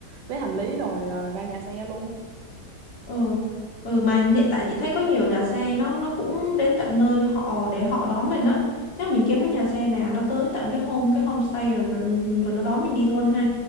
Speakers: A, on the right; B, on the left.
A: lấy hành lý rồi à, ra nhà xe luôn
B: Ừ. Ừ mà hiện tại chị thấy có nhiều nhà xe nó nó cũng đến tận nơi họ để họ đón mình á. Chắc mình kiếm cái nhà xe nào nó tới tận cái home cái homestay rồi, rồi rồi nó đón mình đi luôn ha.